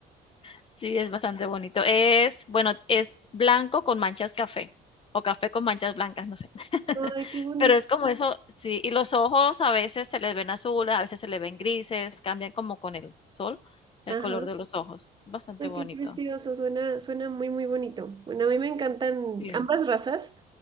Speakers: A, on the left; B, on the right.
A: Sí, es bastante bonito. Es, bueno, es blanco con manchas café o café con manchas blancas, no sé. <laughs>
B: Ay, qué bonito.
A: Pero es como eso, sí, y los ojos a veces se les ven azules, a veces se les ven grises, cambian como con el sol el
B: Ajá.
A: color de los ojos. Bastante
B: Ay,
A: bonito.
B: qué precioso. Suena, suena muy, muy bonito. Bueno, a mí me encantan
A: Sí.
B: ambas razas